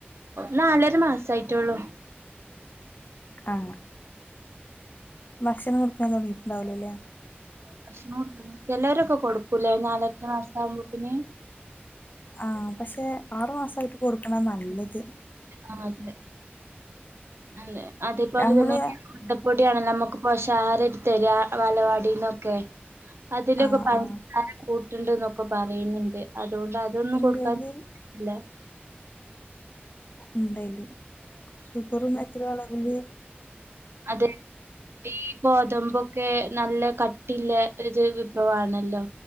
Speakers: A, on the right (about 85°); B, on the left (about 50°).
A: നാലൊരു മാസായിട്ടള്ളൂ
B: ആ ഭക്ഷണം കൊടുക്കാൻ തുടങ്ങിട്ട ഡൗലല
A: പക്ഷെ നോടു ചിലരൊക്കെ കൊടുക്കും പുല നാലത്തെ മാസ ആവുമ്പോ പിന്നെ
B: ആ പക്ഷെ ആറു മാസായിട്ട് കൊടുക്കും ആണ നല്ലത്
A: ആഹ അതെ അല്ലെ അതേപോലെ
B: നമ്മള്
A: തന്നെട്ടിയണ നമുക്ക് പോഷാഹാര എടുത്തരി വലവാടിന്നൊക്കെ അതിലക്കെ
B: ആ
A: പഞ്ച
B: ആ
A: ക ണ്ട് എന്നൊക്കെ പറയുന്നുണ്ട് അതുകൊണ്ട് അതൊന്നും
B: എന്താല്
A: കൊടുക്കാൻല്ല
B: ഉണ്ടായില്ല ൃഷുപ്പറും എത്ര അളവല്
A: അതെ ഈ ഗോതമ്പൊക്കെ നല്ല കട്ടില്ല ഒരു വിഭവണല്ലോ